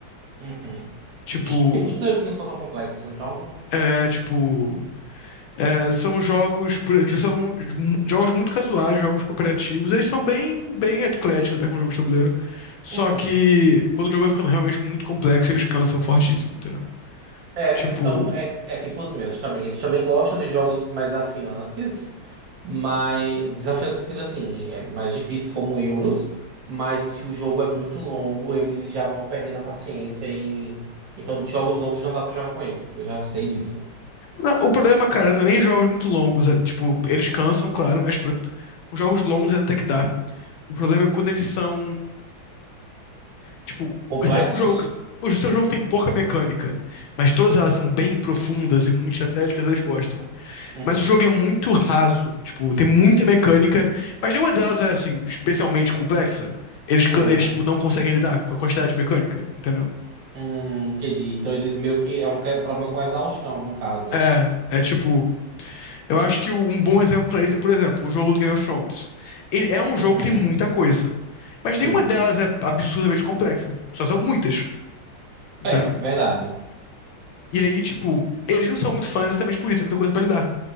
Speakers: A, on the right (about 65°); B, on the left (about 75°).
A: Uhum.
B: Tipo.
A: Sim, tem muitos erros que não são tão complexos, então.
B: É, é, tipo, é, são jogos por- que são mu- jogos muito casuais, jogos cooperativos. Eles são bem, bem ecléticos até com jogos de tabuleiro. Só
A: uhum.
B: que quando o jogo vai ficando realmente muito complexo, eles cansam fortíssimo, entendeu?
A: É,
B: Tipo,
A: então é, é tipo os meus também. Eles também gostam de jogos mais desafiantes, mas desafiantes no sentido assim, é mais difíceis como Euros, mas se o jogo é muito longo, eles já vão perdendo a paciência e então jogos longos não dá pra jogar com eles. Eu já sei disso.
B: na- o problema, cara, não é nem jogos muito longos. É, tipo, eles cansam, claro, mas pro- os jogos longos até que dá. O problema é quando eles são, tipo,
A: Complexos?
B: se é um jogo que o seu jogo tem pouca mecânica, mas todas elas são bem profundas e muito estratégicas, eles gostam.
A: Uhum.
B: Mas o jogo é muito raso, tipo, tem muita mecânica, mas nenhuma delas é, assim, especialmente complexa. Eles,
A: Uhum.
B: can- eles tipo, não conseguem lidar com a quantidade de mecânica, entendeu?
A: Hum, entendi. Então eles meio que é um que- problema com exaustão, no caso.
B: É, é tipo, eu acho que um bom exemplo pra isso é, por exemplo, o jogo do Game of Thrones. Ele é um
A: Uhum.
B: jogo que tem muita coisa, mas
A: Sim.
B: nenhuma delas é absurdamente complexa, só são muitas, entendeu?
A: É, verdade.
B: E aí, tipo, eles não são muito fãs exatamente por isso, tem muita coisa pra lidar,